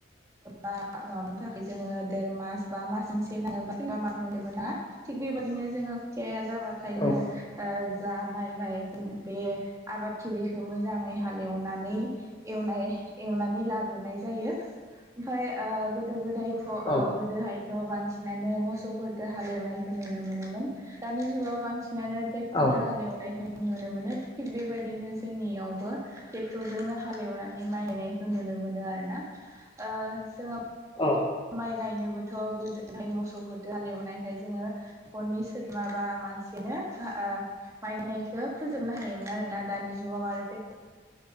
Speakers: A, on the right (about 15°); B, on the left (about 25°).
A: मा माबानि थाखाय जोङो देर मास बा मास मोनसे नाङोबा सोरबा मास मोनसेबो ना थिग बेबायदिनो जोङो खुथिाया जाबाथायनो
B: औ
A: जा माइ गायगोन बे आबादथिलिखौ मोजाङै हालेवनानै एवनाय एवनानै लाग्रोनाय जायो। ओमफ्राय गोदो गोदायथ' अ
B: औ औ
A: गोदोहाय थ बांसिनानो मोसौफोरफोरखौ हालेवनायखौ नुनो मोनोमोन दानि जुगाव बांसिनानो टेक्टरदो
B: औ
A: हालेव नायखो नुनो मोनो। थिग बेबायदिनो जोंनियावबो टेक्टरजोंनो हालेवनानै माइ गानाय नुनो मोनो आरोना ओ जोङो
B: औ।
A: माइ गायनोबोथ' गोदोहाय मोसौफोर दो हाल एवनायखाय जोङो हरनि <unintelligible> मानसिनो हा आ माइ गायनायखो फोजोबनो हायोमोन आरो ना दानि जुगाव आरो टेक्ट